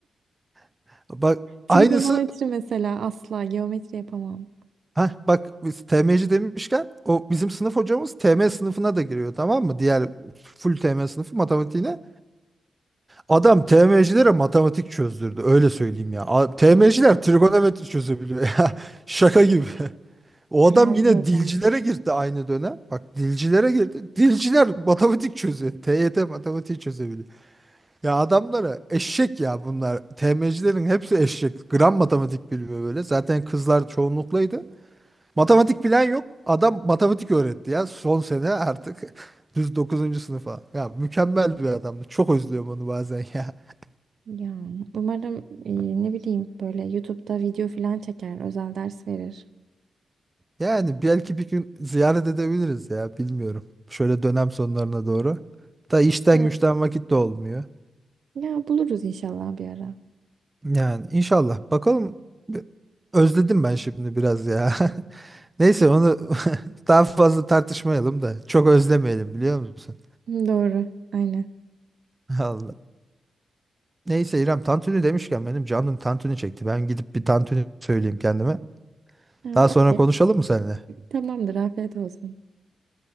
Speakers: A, on the right; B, on the right.
A: <laughs> Bak
B: Trigonometri
A: aynısı
B: mesela asla geometri yapamam.
A: Heh, bak biz TM'ci demişken o bizim sınıf hocamız TM sınıfına da giriyor tamam mı? Diğer full TM sınıfı matematiğine. Adam TM'cilere matematik çözdürdü öyle söyleyeyim ya. A- TM'ciler
B: Ya
A: trigonometri çözebiliyor <laughs> ya. Şaka gibi. O
B: kral
A: adam yine
B: diyor gelmiş.
A: dilcilere girdi aynı dönem. Bak dilcilere girdi. Dilciler matematik çözüyor. TYT matematiği çözebiliyor. Ya adamlara eşek ya bunlar. TM'cilerin hepsi eşek. Gram matematik bilmiyor böyle. Zaten kızlar çoğunluklaydı. Matematik bilen yok. Adam matematik öğretti ya. Son sene artık <laughs> düz dokuzuncu sınıfa. Ya mükemmel bir adamdı. Çok özlüyorum onu bazen ya. <laughs>
B: Ya umarım e, ne bileyim böyle YouTube'da video falan çeker, özel ders verir.
A: Yani belki bir gün ziyaret edebiliriz ya. Bilmiyorum. Şöyle dönem sonlarına doğru. Da işten
B: Evet.
A: güçten vakit de olmuyor.
B: Ya buluruz inşallah bir ara.
A: Yani inşallah. Bakalım. Özledim ben şimdi biraz ya. <laughs> Neyse onu <laughs> daha fazla tartışmayalım da. Çok özlemeyelim biliyor musun?
B: <laughs> Doğru, aynen.
A: <laughs> Allah. Neyse İrem tantuni demişken benim canım tantuni çekti. Ben gidip bir tantuni söyleyeyim kendime.
B: Ha,
A: Daha sonra
B: okey.
A: konuşalım mı seninle?
B: Tamamdır. Afiyet olsun.